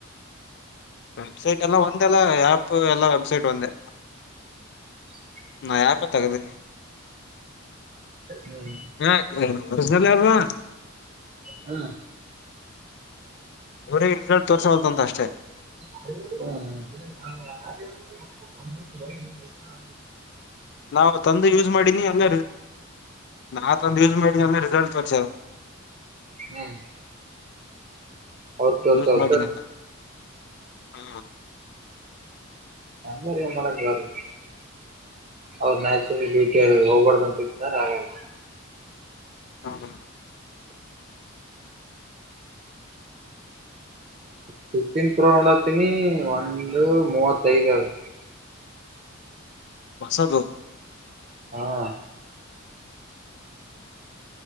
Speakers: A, on the left; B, on the right.
A: ವೆಬ್ಸೈಟ್ ಎಲ್ಲ ಒಂದೇಲ್ಲ ಆ್ಯಪ್ ಎಲ್ಲ ವೆಬ್ಸೈಟ್ ಒಂದೇ
B: ಹ್ಮ
A: ನಾ ಯಾರಪ್ಪ ತಗದನ
B: ಹ್ಮ್
A: ಹ <unintelligible>
B: ಹಾ
A: ಇವ್ರರಿಗೆ ರಿಸಲ್ಟ್ ತೋರ್ಲ್ದು ಅಂತ ಅಷ್ಟೇ
B: ಹ <unintelligible>
A: ನಾವು ತಂದು ಯೂಸ್ ಮಾಡೀನಿ ಎಲ್ಲ ನಾತ ನ್ಯೂಸ್ ಮೀಡಿಯಲ್ಲಿ ರಿಸಲ್ಟ್ ತೋರ್ಸರ
B: ಹ್ಮ್ ಅವ ತೋರ್
A: ಯೂಸ್
B: <unintelligible>
A: ಮಾಡಿನಿ ಎಲ್ಲ ಹಾ
B: ಹಂಗ್ರ ಮಾಡಕ್ ಬರಿ ಅವ್ರ ನ್ಯಾಚುರಲ್ ಬಟ ಹೋಗ್ಬಾರ್ದಂತ್ದಾರ ಹಾಗೆಲ್ಲ
A: ಹ್ಮ್
B: ಫಿಫ್ಟೀನ್ ಪ್ರೋ ನೋಡತನಿ ಒಂದು ಮೂವತ್ತಐದ್ ಅದು
A: ಹೊಸದು
B: ಹಾ